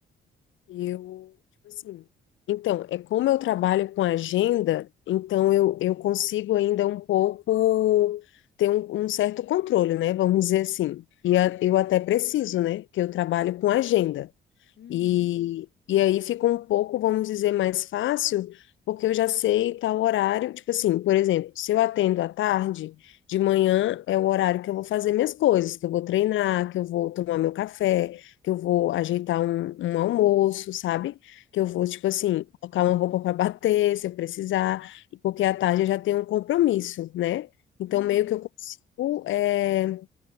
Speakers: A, on the left; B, on the left.
A: Eu, tipo assim, então, é como eu trabalho com agenda, então eu, eu consigo ainda um pouco ter um, um certo controle, né? Vamos dizer assim. E a- eu até preciso, né? Porque eu trabalho com agenda.
B: Uhum,
A: E, e aí fica um pouco, vamos dizer, mais fácil, porque eu já sei tal horário. Tipo assim, por exemplo, se eu atendo à tarde, de manhã é o horário que eu vou fazer minhas coisas, que eu vou treinar, que eu vou tomar meu café, que eu vou ajeitar um, um almoço, sabe? Que eu vou,
B: sim.
A: tipo assim, colocar uma roupa para bater, se eu precisar, porque à tarde eu já tenho um compromisso, né? Então,
B: Uhum.
A: meio que eu consigo. eh,